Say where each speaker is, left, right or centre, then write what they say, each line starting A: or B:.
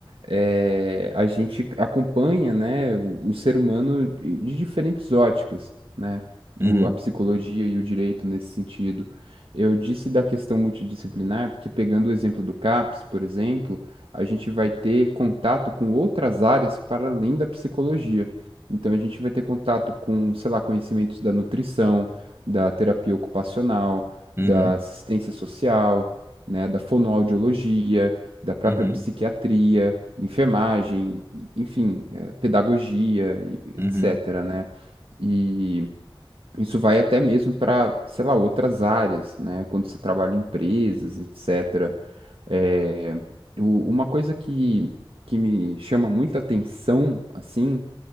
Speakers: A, on the right (about 80°); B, on the right (about 30°).
A: é, a gente acompanha, né, o, o ser humano de de diferentes óticas, né,
B: Uhum,
A: o- a psicologia e o direito nesse sentido. Eu disse da questão multidisciplinar, porque pegando o exemplo do CAPS, por exemplo, a gente vai ter contato com outras áreas para além da psicologia. Então, a gente vai ter contato com, sei lá, conhecimentos da nutrição, da terapia ocupacional,
B: uhum,
A: da assistência social, né, da fonoaudiologia, da própria
B: uhum,
A: psiquiatria, enfermagem, e- enfim, eh, pedagogia, e-
B: uhum,
A: etc., né? E isso vai até mesmo para, sei lá, outras áreas, né? Quando você trabalha em empresas, etc. É, o- uma coisa que, que me chama muita atenção, assim,